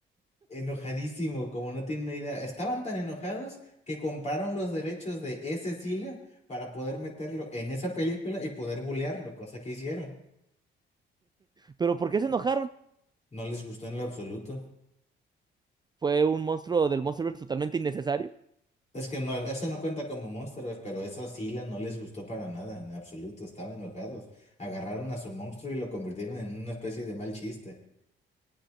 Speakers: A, on the left (about 35°); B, on the right (about 20°).
A: enojadísimo, como no tiene idea. Estaban tan enojados que compraron los derechos de ese Sila para poder meterlo en esa película y poder bulearlo, cosa que hicieron.
B: Pero ¿por qué se enojaron?
A: No les gustó en lo absoluto.
B: Fue un monstruo del Monsterverse totalmente innecesario.
A: Es que no, eso no cuenta como Monsterverse, pero esa Sila no les gustó para nada, en absoluto. Estaban enojados. Agarraron a su monstruo y lo convirtieron en una especie de mal chiste.